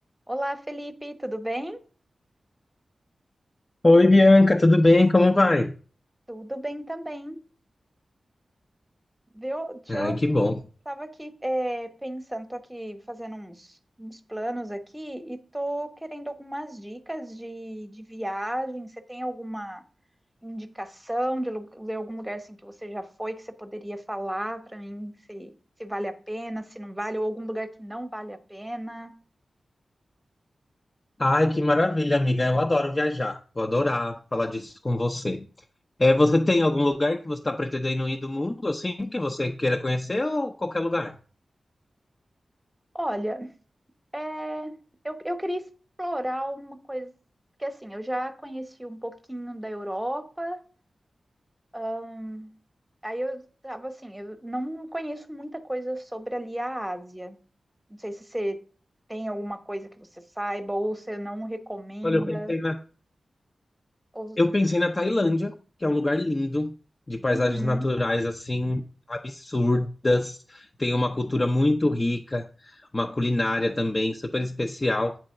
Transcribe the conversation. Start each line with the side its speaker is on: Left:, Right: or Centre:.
Centre: Olá, Felipe, tudo bem?
Left: Oi, Bianca, tudo bem? Como vai?
Centre: Tudo bem também, viu? Deixa
Left: Ai,
Centre: Eu
Left: que bom.
Centre: tava aqui é, pensando, tô aqui fazendo uns, uns planos aqui e tô querendo algumas dicas de, de viagem. Você tem alguma indicação de, lu- de algum lugar assim que você já foi que você poderia falar para mim se, se vale a pena, se não vale, ou algum lugar que não vale a pena?
Left: Ai, que maravilha, amiga. Eu adoro viajar. Vou adorar falar disso com você. É, você tem algum lugar que você está pretendendo ir do mundo, assim, que você queira conhecer ou qualquer lugar?
Centre: Olha, é, eu, eu queria explorar uma coisa, porque assim, eu já conheci um pouquinho da Europa. Ahn, aí eu tava assim, eu não conheço muita coisa sobre ali a Ásia. Não sei se você tem alguma coisa que você saiba, ou você não recomenda.
Left: Olha, eu pensei na,
Centre: Ou...
Left: eu pensei na Tailândia, que é um lugar lindo, de paisagens
Centre: Uhum.
Left: naturais, assim, absurdas. Tem uma cultura muito rica, uma culinária também super especial.